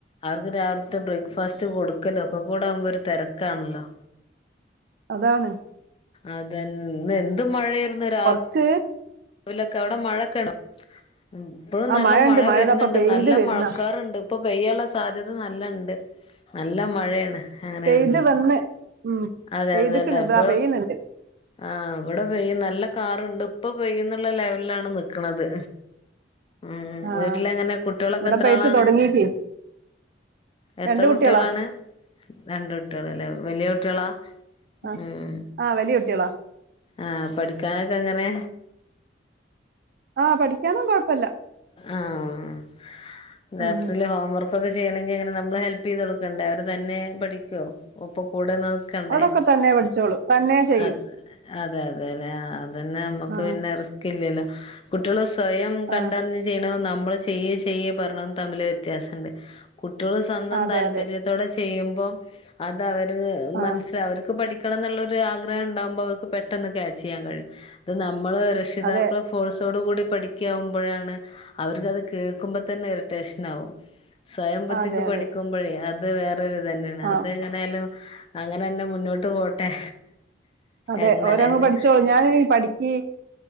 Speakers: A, on the left; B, on the right.
A: അവർ രാവിലത്തെ ബ്രേക്ക്ഫാസ്റ്റ് കൊടുക്കല്ലോ ഒക്കെ കൂടെ ആവുമ്പോ ഒരു തിരക്കാണല്ലോ
B: അതാണ്
A: അതന്ന ഇന്ന് എന്ത് മഴയിരുന്നെ രാവി-
B: ച്
A: രാവിലൊക്കെ അവിടെ മഴക്കെണ്ടോ ഇപ്പഴും
B: ആഹ്
A: നല്ല
B: മഴണ്ട്
A: മഴ
B: മഴതാ
A: വരുന്നുണ്ട്
B: ഇപ്പൊ പെയ്ത്
A: നല്ല
B: വരുന്ന
A: മഴക്കാറണ്ട് ഇപ്പൊ പെയ്യാനുള്ള സാധ്യത നല്ല ഉണ്ട് നല്ല മഴയാണ് അങ്ങനെയാണല്ലോ
B: പെയ്ത് വന്ന് ഉം
A: അതെ
B: പെയ്ത്ക്ക്ണ്
A: അതെല്ലേ
B: ഇതാ
A: ഇപ്പൊ
B: പെയ്യുന്നുണ്ട്
A: ആ ഇവിടെ പെയ്യും നല്ല കാറുണ്ട് ഇപ്പൊ പൈ്യന്നുള്ള ലെവലിലാണ് നിക്കണത് ഉം
B: ആഹ്
A: വീട്ടില എങ്ങനെ കുട്ടികളൊക്കെ
B: ഇവിടെ
A: എത്ര
B: പെയ്ത്ത്
A: ആളാണ്
B: തുടങ്ങീക്ക്
A: എത്ര
B: രണ്ട് കുട്ടികളാ
A: കുട്ടികളാണ് രണ്ട് കുട്ടികള അല്ലേ വലിയ കുട്ടികളാ
B: ആ
A: ഉം
B: ആഹ് വലിയ കുട്ടികളാ
A: ആഹ് പഠിക്കാനൊക്കെ അങ്ങനെ
B: ആഹ് പഠിക്കാനന്നും കുഴപ്പല്ല
A: ആഹ് രാത്രിൽ
B: ഉം
A: ഹോംവർക്ക്- ഒക്കൊക്കെ ചെയ്യണമെങ്കിൽ അങ്ങനെ നമ്മള് ഹെൽപ് ചെയ്ത കൊടുക്കണ്ടേ അവര് തന്നെ പഠിക്കോ ഒപ്പ കൂടെ നിക്കണ്ടേ
B: അതൊക്കെ തന്നെ പഠിച്ചോളും തന്നെ ചെയ്യും
A: അത് അതെ അതെല്ലെ അതന്നെ നമ്മക്ക്
B: ആഹ്
A: പിന്നെ റിസ്ക് ഇല്ലല്ലോ കുട്ടികള് സ്വയം കണ്ടറിഞ്ഞ്
B: ആഹ്
A: ചെയ്യണ നമ്മള് ചെയ്യേ ചെയ്യേ പറയണതും തമ്മില് വ്യത്യാസണ്ട് കുട്ടികൾ സ്വന്തം
B: അതെ
A: താല്പര്യത്തോടെ
B: അതെ
A: ചെയ്യുമ്പോം അതവര് മനസ്-
B: ആഹ്
A: അവർക്ക് പഠിക്കണം എന്നുള്ള ആഗ്രഹം ഉണ്ടാവുമ്പോ അവർക്ക് പെട്ടെന്ന് ക്യാച്ച് ചെയ്യാൻ കഴിയും ഇത്- നമ്മള് രക്ഷിതാക്കളും
B: അതെ
A: ഫോഴ്സോട് കൂടി പഠിക്കാവുമ്പോഴാണ് അവർക്കത് കേൾക്കുമ്പോ തന്നെ ഇറിറ്റേഷൻ ആകും സ്വയം ബുദ്ധിക്ക്
B: അതെ
A: പഠിക്കുമ്പോഴേ
B: അതെ
A: അത് വേറൊരു തന്നെയാണ്
B: ആഹ്
A: അതെ- ങ്ങനേലും അങ്ങനെ തന്നെ മുന്നോട്ട് പോട്ടെ
B: അതെ
A: എങ്ങനായാലും
B: ഒരങ്ങ് പഠിച്ചോളു ഞാൻ ഈ പഠിക്ക്